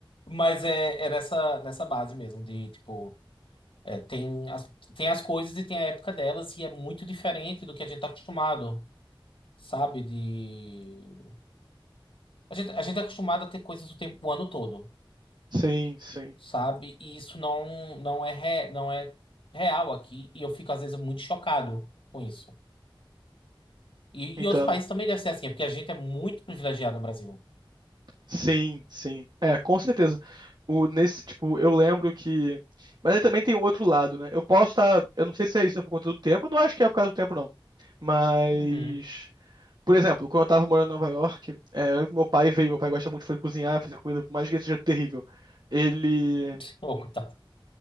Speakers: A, on the left (about 75°); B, on the right (about 50°).
A: Mas é, é nessa, nessa base mesmo, de tipo, é, tem as, tem as coisas e tem a época delas, e é muito diferente do que a gente tá acostumado, sabe? De... A gente, a gente é acostumado a ter coisas o tempo, o ano todo,
B: Sim, sim.
A: sabe? E isso não, não é, re- não é real aqui, e eu fico às vezes muito chocado com isso. E,
B: Entendo.
A: e outros países também deve ser assim, é porque a gente é muito privilegiado no Brasil.
B: Sim, sim. É, com certeza. O, nesse, tipo, eu lembro que. Mas aí também tem o outro lado, né? Eu posso estar. Eu não sei se é isso por conta do tempo, eu não acho que é por causa do tempo, não. Mas.
A: Uhum.
B: Por exemplo, quando eu tava morando em Nova York, é, eu lembro que meu pai veio, meu pai gosta muito de fazer cozinhar, fazer comida, por mais que seja terrível. Ele.
A: <laughs> Ô, coitado.